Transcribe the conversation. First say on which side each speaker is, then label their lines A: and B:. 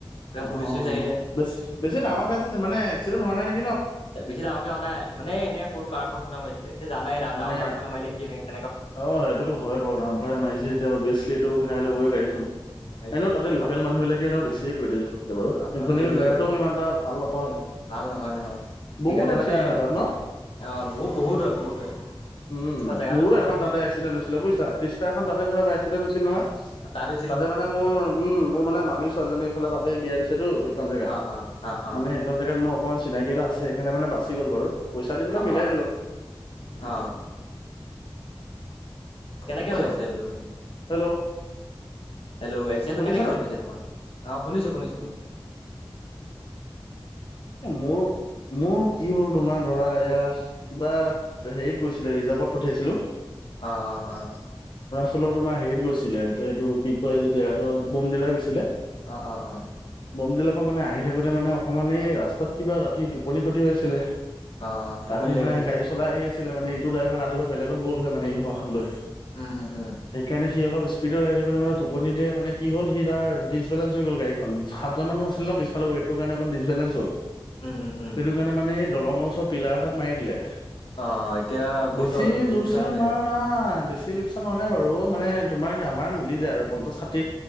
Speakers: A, on the left; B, on the left.
A: অঅঅ
B: পুলিচ চুলিচ আহিলে
A: বেছ বেছি ডাঙৰ কেজ মানে এক্সিডেণ্ট হোৱা নাই নেক
B: বেছি ডাঙৰকে হোৱা নাই মানে এনে সৰু কাৰখন খুনা মাৰিছিলে এ জানাই ডাঙ
A: মানে
B: ডাঙৰ ট্ৰাকখনে মাৰিলে কি এনে
A: অ সেইটোতো হয় বাৰু দাম পাৰেৰে মাৰিছে এতিয়া অভিয়াচলি এইটো ঘাই
B: অ
A: ল হ'বই গাড়ীখন
B: সেইটোৱে
A: এনে
B: সেইটোৱে
A: তাতে
B: এখন
A: লোকেল মানুহ বিিলাকে ন বেছিয়ে কৰি দিো খোতকে বাৰু
B: অ অ
A: সখি
B: সেইটোৱে
A: জেগাতটোো
B: সেইটোৱে
A: ই এটা ভাল নাপাওঁ নিি
B: ভাল নহয় নহয় সেইকাৰণে
A: বহুত এক্সিডেণ্ট
B: মানে
A: হয় তাত ন
B: অ বহুত বহুত হয় বহুত হয়
A: উম
B: জেগাটো
A: মোৰো
B: ভাল
A: এখন
B: নহয় ন
A: তাতে এক্সিডেণ্ট হৈছিলে বুজিছা ষ্টা এখন তাতে মোৰ এ এক্সিডেণ্ট হৈছিল নহয়
B: তা তে
A: তাতে মানে মোৰ উম মোৰ মানে মামী ছোৱালীজনীৰ এইফালে তাতে বিয়া দিছেতো সেইখন জেগা
B: অ অ অ অ
A: মানে সেইখন জেগাত মোৰ অকমান চিনাকি এটা আছে সেইকাৰণে মানে বাচি গল বাৰু পইচা দি পেলাই মিলাই
B: অ অ
A: দিলো
B: অ কেনেকে
A: আচ্ছা
B: হল একছিডেন্ট টো মানে
A: হেল্ল'
B: হেল্ল' এক্সিডেন্ট
A: শুনিছানে
B: তো কেনেকে হল পিছে তোমাৰ অ শুনিছো শুনিছো
A: মোৰ মোৰ কি হ'ল তোমাৰ ধৰা এয়াত কিবা হেৰিত গৈছিলে ৰিজাৰ্ভত পঠিয়াইছিলোঁ
B: অ অ অ
A: ফলৰ তোমাৰ হেৰিত গৈছিলে এইটো কি কয় যে জেগাটো বোম দিলা গৈছিলে
B: অ' অ' অ'
A: বমদিলাৰ পৰা মানে আহি থাকোঁতে মানে অকণমান এই ৰাস্তাত কিবা ৰাতি টোপনি ক্ষতি হৈছিলে
B: অ অ টোপনি
A: ৰাতি
B: লাগি
A: মানে
B: গ'ল চাগে
A: গাড়ী চলাই আহি আছিলে মানে টো ড্ৰাইভাৰ ৰাতিপুৱা বেলেগত গ'ল হয় মানে ইনভাখন লৈ
B: উম উম উম
A: সেইকাৰণে সি অলপ মে টোপনিতে মানে কি হ'ল সিাৰিচবেলেঞ্চ গল গাডীখনাতজন মানুহ আছিল ন পিছালে সেইটো কাৰণে এখন ডচবেলেঞ্চ'ল
B: উম উম উম
A: সেইটো কাৰণে মানে এই দলঙৰ ওচৰত পিলাৰ এটাত মাৰি দিলে।
B: অ এতিয়া বহুত
A: বেছি জোৰছে
B: লোকচান হ'ল চাগে
A: মাৰ নাই বে বেছি লোকচান হোৱা নাই বাৰু মানে তোমাৰ আমাৰ মিলি যায় আৰু পঞ্চাশ ষাঠি